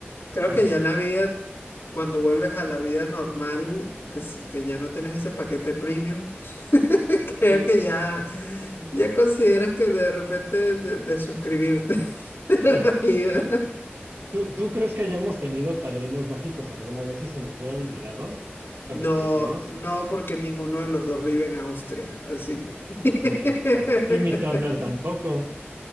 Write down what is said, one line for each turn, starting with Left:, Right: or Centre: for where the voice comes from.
Left: creo
Right: Ajá.
Left: que ya la vida, cuando vuelves a la vida normal, que, s- que ya no tienes ese paquete premium. Creo
Right: Y-
Left: que ya,
Right: <laughs>
Left: ya consideras que de repente de, de suscribirte <laughs> de
Right: ah,
Left: la vida.
Right: ¿Tú, tú, tú crees que hayamos tenido padrinos mágicos alguna vez y se nos haya olvidado
Left: No,
Right: cuando crecimos?
Left: no, porque ninguno de los dos vive en Austria, así que...
Right: Cierto. Timmy Turner tampoco.
Left: <laughs>